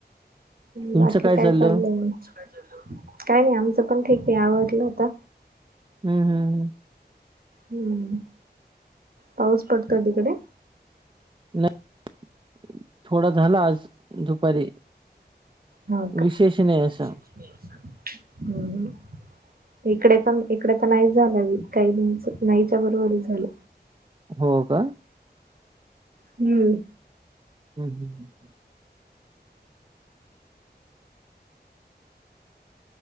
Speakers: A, on the right; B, on the right.
A: तुमचं
B: बाकी काय
A: चाललं?
B: चाललंय मग? काय नाही आमचं पण ठीक आहे आवडलं आता.
A: हं, हं, हं.
B: हम्म, पाऊस पडतोय तिकडे?
A: <unintelligible> थोडा झाला आज दुपारी‌.
B: हो का?
A: विशेष नाही अस.
B: <unintelligible> इकडे पण, इकडे तर नाही झालं काहीच, नाहीच्या बरोबरच झालं.
A: हो का?
B: हं.
A: <unintelligible>